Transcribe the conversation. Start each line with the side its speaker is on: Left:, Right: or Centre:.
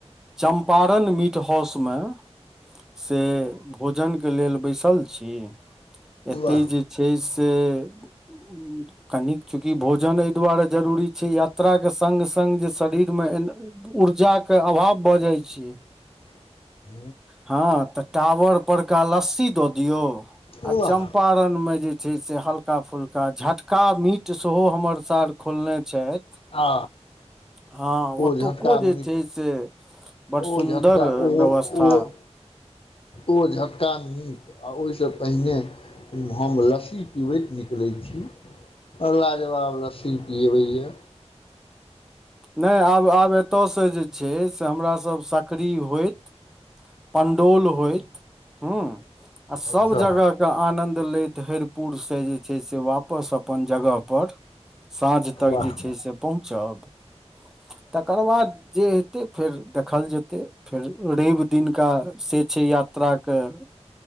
Centre: चम्पारण मीट हाउस मे से भोजन के लेल बैसल छी एते
Left: वाह
Centre: जे छै से ऊं कनिक चूँकि भोजन एहि दुआरे जरूरी छै। यात्रा के संग-संग जे शरीर मे ऊर्जा के अभाव भऽ जाइ छै
Left: <inaudible>
Centre: हाँ, त टावर पर क लस्सी द दियो
Left: वाह
Centre: आ चम्पा रन में जे छै से हल्का फुल्का झटका मीट सेहो हमर सार खोलने छथि।
Left: आ
Centre: हँ,
Left: ओ
Centre: ओतुको
Left: झटका
Centre: जे
Left: मीट
Centre: छै से बड़
Left: ओ
Centre: सुन्दर
Left: झटका, ओ
Centre: व्यवस्था
Left: ओहो ओ झट्का मीट आ ओहिसँ पहिने हम लस्सी पिबैत निकलैत छी अ लाजवाब लस्सी पीबैए
Centre: नहि आब, आब एतयसँ जे छै से हमरा सभ सक्री होइत पंडोल होइत। हूँ, आ सब
Left: अच्छा
Centre: जगह के आनन्द लैत हरिपुरसँ जे छै से वापस अपन जगह पर साँझ तक
Left: वाह
Centre: जे छै से पहुँचब तकर बाद जे हेतै फेर देखल जेतै। फेर रेव दिनका से छै यात्रा क,